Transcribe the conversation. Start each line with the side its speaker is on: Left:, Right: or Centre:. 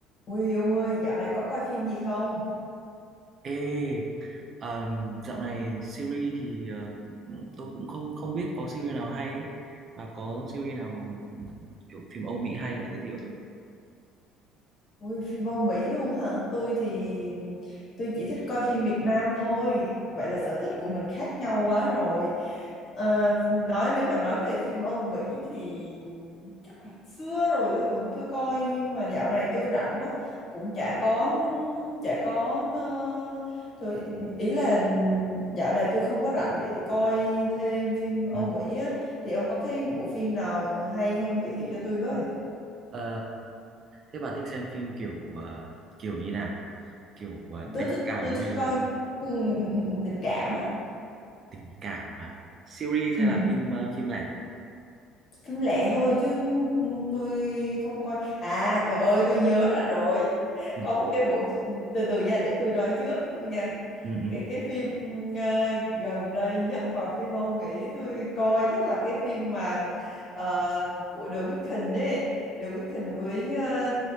Left: Ui ông ơi, dạo này có coi phim gì không?
Right: Ê, um, dạo này series thì ờ, tôi cũng không không biết có series nào hay ấy. Bà có series nào kiểu phim Âu Mỹ hay bà giới thiệu tôi. với.
Left: Ui, phim Âu Mỹ luôn á hả? Tôi thì tôi chỉ thích coi phim Việt Nam thôi. Vậy là sở thích của mình khác nhau quá rồi. Ờ, nói nếu mà nói về phim Âu Mỹ thì chắc là xưa rồi tôi vẫn chưa coi nhưng mà dạo này tôi rảnh quá cũng chả có chả có ờ, thôi ý là dạo này tôi không có rảnh để coi thêm phim Âu
Right: Ừ.
Left: Mỹ á thì ông có cái bộ phim nào hay không giới thiệu cho tôi với?
Right: Ờ, thế bà thích xem phim kiểu ờ, kiểu như nào? Kiểu ờ,
Left: tôi
Right: tình
Left: thích
Right: cảm
Left: tôi thích
Right: hay là
Left: coi ừ, ừ, ừ, tình cảm á
Right: tình cảm hả? Series hay
Left: ừ.
Right: là phim ờ, phim lẻ?
Left: phim lẻ thôi chứ ừ, tôi không coi à trời ơi tôi nhớ ra rồi
Right: Ừ.
Left: có một cái bộ ừ, từ từ nha để tôi nói trước nha
Right: Ừ, ừ.
Left: cái cái phim ừ, à, gần đây nhất mà phi vô nghĩ tôi coi chắc là cái phim mà ờ, của The Weeknd ấy The Weeknd với ờ,